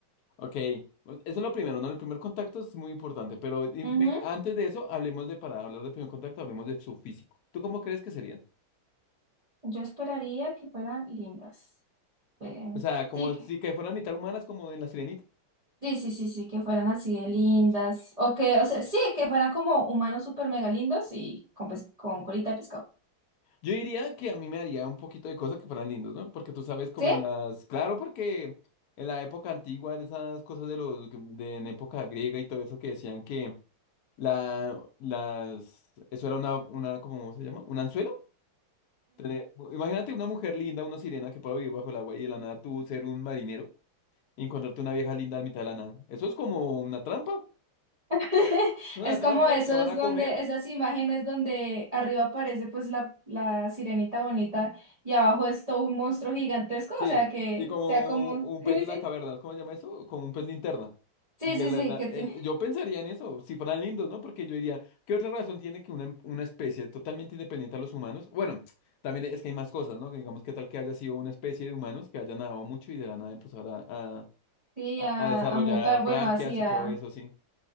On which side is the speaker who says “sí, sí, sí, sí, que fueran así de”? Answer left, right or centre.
Right